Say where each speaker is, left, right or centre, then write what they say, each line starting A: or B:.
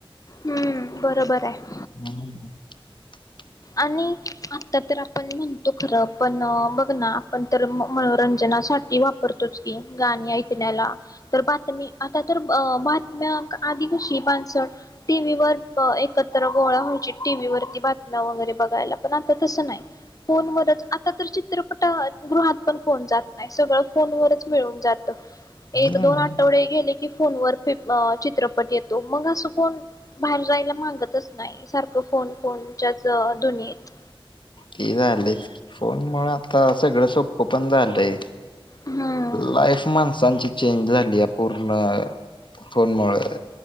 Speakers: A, on the left; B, on the left.
A: हम्म बरोबर आहे.
B: <unintelligible>
A: आणि आता तर आपण म्हणतो खरं पण बघ ना आपण तर मनोरंजनासाठी वापरतोच की गाणी ऐकण्याला तर बातमी आता तर बातम्या आधी कशी माणसं टीव्हीवर एकत्र गोळा व्हायची टीव्ही वरती बातम्या वगैरे बघायला, पण आता तसं नाही फोनवरच आता तर चित्रपट गृहात पण कोण जात नाही सगळं फोनवरच मिळून जात एक
B: हम्म
A: दोन आठवडे गेले की की फोन वर चित्रपट येतो मग असं कोण बाहेर जायला मागतच नाही सारखं फोन फोनच्याच दुनियेत.
B: ते झालंय फोन मुळ आता सगळं सोप पण झालंय.
A: हम्म
B: लाईफ माणसांची चेंज झाली या पूर्ण फोन मुळ,